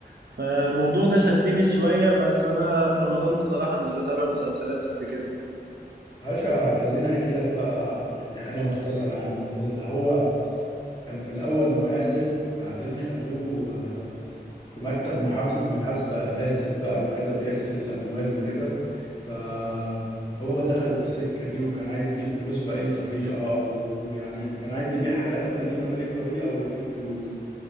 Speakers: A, on the right; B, on the left.
A: فالموضوع ده شدني شوية بس انا في رمضان بصراحة مش بتابع مسلسلات قد كده
B: عاشا خليني احكي لك بقى يعني حاجه مختصره عنه كده ده هو كان في الأول محاسب بعدين خدوه آه، في مكتب محا- محاسبة فاسد بقى وكده بيغسل أموال وكده فهو دخل في السكة دي وكان عايز يجيب فلوس بأي طريقة و- ويعني كان عايز يبيع حياته القديمة بأي طريقة ويجيب فلوس